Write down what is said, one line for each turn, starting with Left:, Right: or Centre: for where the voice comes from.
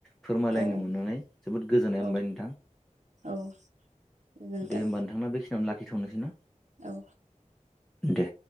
Centre: फोरमायलायनो
Right: औ
Centre: मोननानै जोबोद गोजोननाय
Right: औ
Centre: मोनबाय नोंथां।
Right: औ गोजोन्थों
Centre: दे होमबा नोंथांना बेखिनियावनो लाखिथ'नोसै ना।
Right: औ।
Centre: दे।